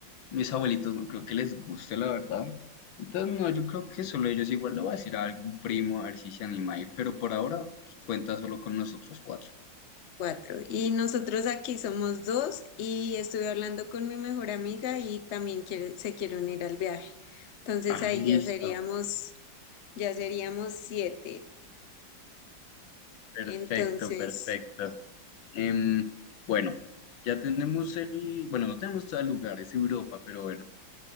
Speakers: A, on the left; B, on the left.
A: mis abuelitos no creo que les guste, la verdad. Entonces, no, yo creo que solo ellos igual lo va a decir a algún primo, a ver si se anima a ir, pero por ahora pues, cuenta solo con nosotros cuatro.
B: Cuatro. Y nosotros aquí somos dos y estuve hablando con mi mejor amiga y también quiere, se quiere unir al viaje. Entonces
A: Ah,
B: ahí
A: listo.
B: ya seríamos, ya seríamos siete.
A: Perfecto,
B: Entonces,
A: perfecto. Em, bueno, ya tenemos el, bueno, no tenemos todo el lugar, es Europa, pero bueno,